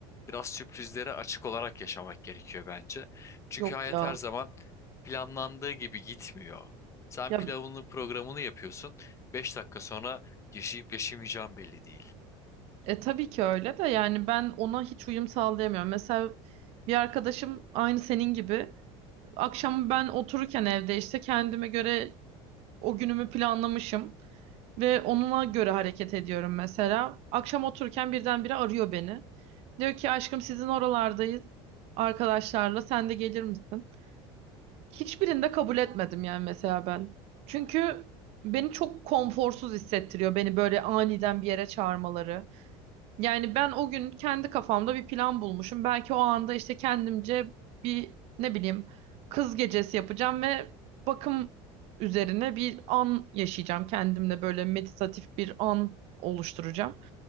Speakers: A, on the left (about 25°); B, on the right (about 55°).
A: biraz sürprizlere açık olarak yaşamak gerekiyor bence. Çünkü
B: Yok
A: hayat
B: ya.
A: her zaman planlandığı gibi gitmiyor. Sen
B: Ya
A: pilavını programını yapıyorsun. 5 dakika sonra yaşayıp yaşamayacağım belli değil.
B: E tabii ki öyle de yani ben ona hiç uyum sağlayamıyorum. Mesela bir arkadaşım aynı senin gibi akşam ben otururken evde işte kendime göre o günümü planlamışım ve onunla göre hareket ediyorum mesela. Akşam otururken birdenbire arıyor beni. Diyor ki aşkım sizin oralardayız arkadaşlarla sen de gelir misin? Hiçbirinde kabul etmedim yani mesela ben. Çünkü beni çok konforsuz hissettiriyor beni böyle aniden bir yere çağırmaları. Yani ben o gün kendi kafamda bir plan bulmuşum. Belki o anda işte kendimce bir ne bileyim kız gecesi yapacağım ve bakım üzerine bir an yaşayacağım. Kendimle böyle meditatif bir an oluşturacağım.